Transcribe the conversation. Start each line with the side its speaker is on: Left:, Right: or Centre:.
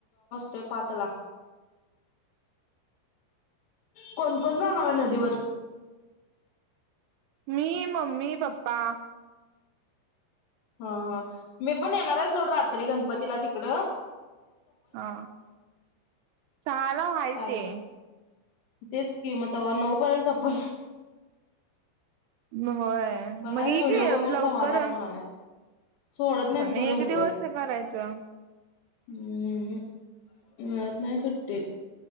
Left: तोय पाचला, कोण कोण जाऊन आला नदीवर?
Right: मी, मम्मी, पप्पा.
Left: हा हा मी पण येणार आहे सोड, रात्री गणपतीला ति कडं.
Right: हा चहाला हाय
Left: कार्यक्रम
Right: ते.
Left: तेच की म तवर नऊ पर्यंत सपल.
Right: म होय.
Left: बघायच
Right: मग ये
Left: व्हिडिओ
Right: की
Left: बघून
Right: लवकर
Left: समाधान मानायचं. सोडत नाहीत
Right: मी
Left: ग लवकर.
Right: एक दिवस करायचं
Left: हम्म मिळत नाही सुट्टी.